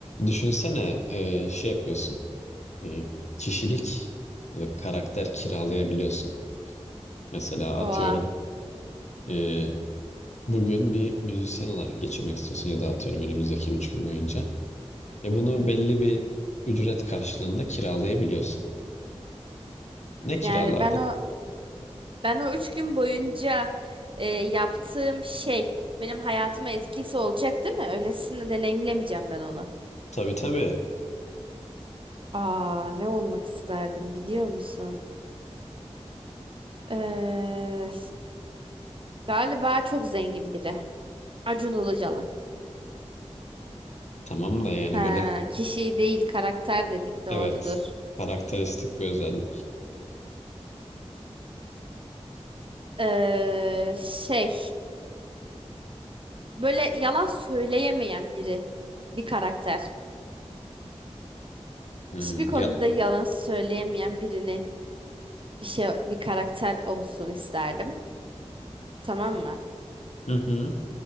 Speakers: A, on the left; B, on the right.
A: Düşünsene e, şey yapıyorsun. e, kişilik ya da karakter kiralayabiliyorsun. Mesela
B: Oha.
A: atıyorum e, bugün bir müzisyen olarak geçirmek istiyorsun ya da atıyorum önümüzdeki 3 gün boyunca. Ve
B: Hı
A: bunu
B: hı.
A: belli bir ücret karşılığında kiralayabiliyorsun. Ne kiralardın?
B: Yani ben o ben o üç gün boyunca e, yaptığım şey benim hayatıma etkisi olacak değil mi? Öylesine deneyimlemeyeceğim ben onu.
A: Tabii tabii.
B: Aa, ne olmak isterdim biliyor musun? Ee, galiba çok zengin biri. Acun Ilıcalı.
A: Tamam da yani
B: Ha,
A: böyle
B: kişi değil karakter dedik doğrudur.
A: evet. Karakteristik bir özellik.
B: Ee, şey böyle yalan söyleyemeyen biri bir karakter.
A: Hmm,
B: Hiçbir konuda
A: ya.
B: yalan söyleyemeyen birini bir şey bir karakter olsun isterdim. Tamam mı?
A: Hı hı.